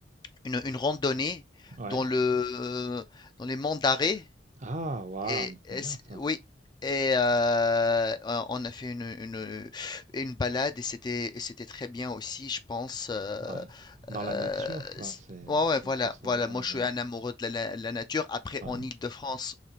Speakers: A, on the left (about 25°); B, on the right (about 45°).
A: une, une randonnée
B: Ouais.
A: dans le, dans les monts d'Arrée.
B: Ah, waouh,
A: Et, et
B: c'est bien
A: c-
B: ça.
A: oui, et euh, on on a fait une, une, une balade et c'était et c'était très bien aussi, je pense. euh,
B: Ouais. Dans
A: euh,
B: la nature, quoi.
A: c-
B: C'est
A: ouais,
B: c'est
A: ouais, voilà,
B: nature sauvage.
A: voilà. Moi, je suis
B: hein.
A: un amoureux de la, la- la nature. Après,
B: Ouais.
A: en Île-de-France,